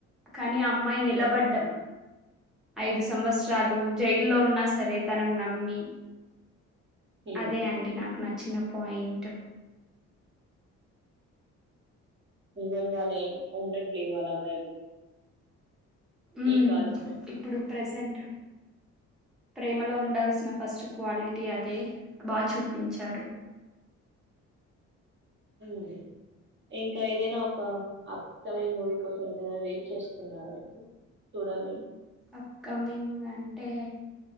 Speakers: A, in the centre; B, on the right (about 40°).
A: కానీ, ఆ అమ్మాయి నిలబడ్డం ఐదు సంవత్సరాలు జైల్లో ఉన్నా సరే తనను నమ్మి
B: హ్మ్.
A: అదే అండి నాకు నచ్చిన పాయింట్.
B: నిజంగానే ఉండట్లేదు అలా బయపడి
A: ఉమ్
B: ఈ కాలంలో
A: ఇప్పుడు ప్రజెంట్ ప్రేమలో ఉండాల్సిన ఫస్ట్ క్వాలిటీ అది. అదే బాగా చూపించారు.
B: మ్ హూ ఇంకా ఏదైనా ఒక అప్కమింగ్ మూవీ కోసం ఏదైనా వెయిట్ చేస్తున్నరా మీరు. చూడాలనీ
A: అప్కమింగ్ అంటే